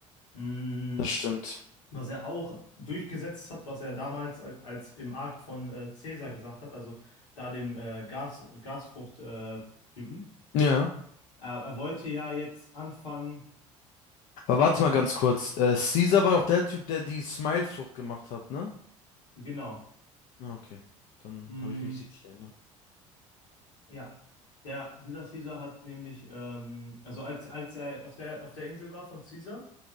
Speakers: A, on the left (about 75°); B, on the left (about 50°).
A: Mm,
B: das stimmt.
A: was er auch durchgesetzt hat, was er damals a- als im Arc von äh, Caesar gesagt hat, also da dem äh, Gas Gasfrucht-Typen. Äh, Typen.
B: Ja.
A: er, er wollte ja jetzt anfangen,
B: Aber
A: ernst,
B: warte mal ganz kurz. Äh, Caesar war doch der Typ, der die Smile-Frucht gemacht hat, ne?
A: genau.
B: Ah, Okay. Dann
A: Mm,
B: habe ich mich richtig erinnert.
A: Ja, der, dieser Caesar hat nämlich, ähm, also als, als er auf der, auf der Insel war von Caesar,